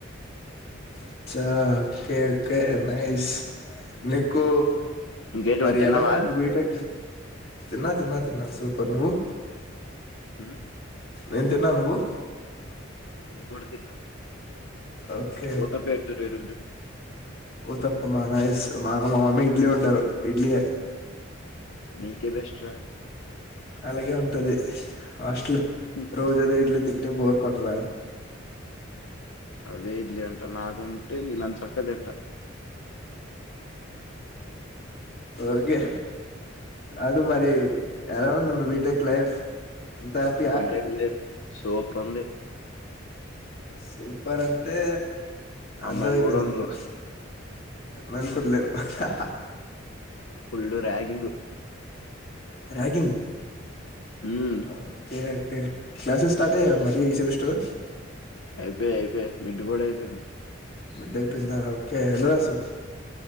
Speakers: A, on the left; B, on the left.
A: అచ్చ ఓకే ఓకే నైస్ నీకు
B: ఇంకేంటి
A: మరి
B: తిన్నావా
A: ఎలాగా ఇప్పుడు బీటెక్ తిన్నా తిన్నా తిన్నా సూపర్ నువ్వు.
B: ఉమ్,
A: నేను తిన్నా నువ్వు.
B: నేను కూడా తిన్నా.
A: ఓకే
B: ఊతప్ప ఎంత రేటు ఉంది చెప్పు
A: ఊతప్పమా నైస్ మాగా మా మమ్మీ ఇడ్లీ వండారు ఇడ్లీయే
B: నీకే బెస్ట్ రా
A: అలాగే ఉంటాది హాస్టల్
B: ఉమ్,
A: రోజు అదే ఇడ్లీ. తింటే బోర్ కోట్టదా
B: అదే ఇడ్లీ అంటా నాకు ఉంటే నేను అంత చక్కగా తింటా
A: ఓకే అది మరి ఎలా ఉంది మీ బీటెక్ లైఫ్ అంత హ్యాపీ యా
B: బీటెక్ లేదు సూపర్ ఉంది
A: సూపర్ అంటే అర్థం
B: అమ్మాయిలు
A: అయిపోయింది
B: కూడా ఉన్నారు
A: నాకు మేల్కొని లేరు హాహా
B: full ragging
A: ragging
B: um,
A: okay okay classes start అయ్యా మరి ఈ సెమెస్టర్
B: అయిపోయి అయిపోయాయి మిడ్ కూడ అయిపోయింది
A: మిడ్ అయిపొయింద ఓకే ఏలా రాసావ్